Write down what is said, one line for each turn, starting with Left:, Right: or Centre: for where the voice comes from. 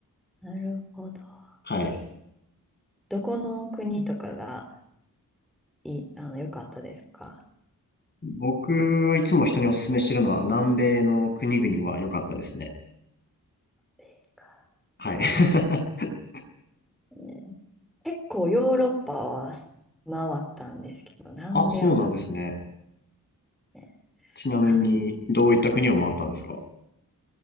Centre: なるほど。
Left: はい。
Centre: えどこの国とかがいい、あの、良かったですか
Left: 僕はいつも人にお勧めしてるのは南米の国々は良かったですね。
Centre: えーか
Left: はい。<laughs>
Centre: ね結構ヨーロッパは回ったんですけど、南米はまだ
Left: あ、そうなんですね。
Centre: ね、
Left: ちなみにどういった国を回ったんですか
Centre: はい。